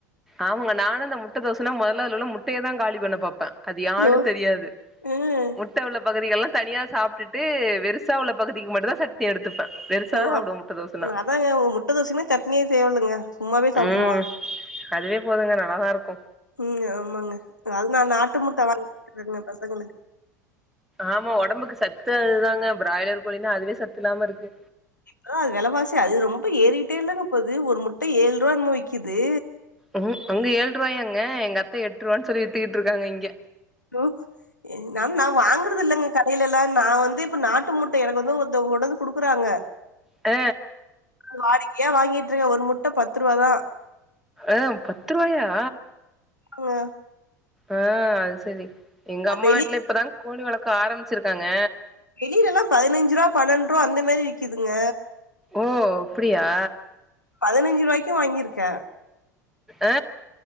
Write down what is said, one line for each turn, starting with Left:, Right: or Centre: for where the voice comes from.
Centre: ஆமாங்க நானு இந்த முட்ட தோசன்னா மொதல்ல அதுல உள்ள முட்டைய தா காலி பண்ண பாப்ப அது யான்னு
Left: ஓ
Centre: தெரியாது
Left: ம்
Centre: முட்ட உள்ள பகுதிகள்லா தனியா சாப்ட்டுட்டு வெருசா உள்ள பகுதிக்கு மட்டுந்தா சட் எடுத்துப்பே வெருசா
Left: ஓ
Centre: சாப்டுவ
Left: அப்
Centre: முட்ட தோசன்னா
Left: அதாங்க முட்ட தோசைக்னா சட்னியே தேவேலங்க சும்மாவே சாப்ட்டுருவா
Centre: ம் அதுவே போதுங்க நல்லாதா இருக்கு
Left: ம் ஆமாங்க அது நா நாட்டு முட்ட வாங்கிக்றேங்க பசங்களுக்கு
Centre: ஆமா ஒடம்புக்கு சத்து அதுதாங்க பிராய்லர் கோழினா அதுவே சத்து இல்லாம இருக்கு
Left: இன்னு அது வெலவாசி அது ரொம்ப ஏறிட்டேல்லங்க போது ஒரு முட்ட ஏழ் ரூவா என்னமோ விக்கிது
Centre: ம் அங்க ஏழ்ருவாயாங்க எங்க அத்த எட் ரூவானு சொல்லி வித்துக்கிட்டு இருக்காங்க இங்க
Left: லோ என் நன் நா வாங்கறது இல்லங்க கடைலல்லா நா வந்து இப்ப நாட்டு முட்ட எனக்கு வந்து ஒருத்தவங்க கொண்டு வந்து குடுக்குறாங்க
Centre: அ
Left: வாடிக்கையே வாங்கிட்டுருக்கே ஒரு முட்ட பத்ரூவாதா
Centre: ஆ பத் ரூவாயா
Left: ங்க
Centre: ஆ அது சரி எங்க அம்மா
Left: வெளி
Centre: வீட்ல இப்பதா கோழி வளக்க ஆரம்பிச்சிருக்காங்க
Left: வெளிலெல்லா பதினஞ்சு ரூவ பன்னெண்டு ரூவா அந்த மாரி விக்குதுங்க
Centre: ஓ அப்டியா
Left: பதினஞ்சு ரூவாய்க்கு வாங்கிருக்கே
Centre: அ